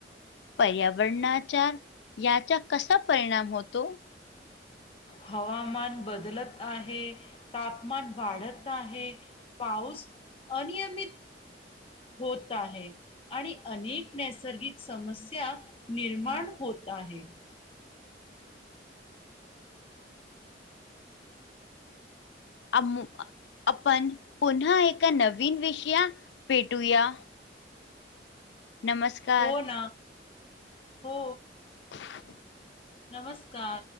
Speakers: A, on the left (about 70°); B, on the left (about 30°).
A: पर्यावरणाचार याचा कसा परिणाम होतो
B: हवामान बदलत आहे, तापमान वाढत आहे पाऊस अनियमित होत आहे आणि अनेक नैसर्गिक समस्या निर्माण होत आहे
A: आम आपण पुन्हा एका नवीन विषया भेटूया नमस्कार.
B: हो ना हो
A: <inaudible>
B: नमस्कार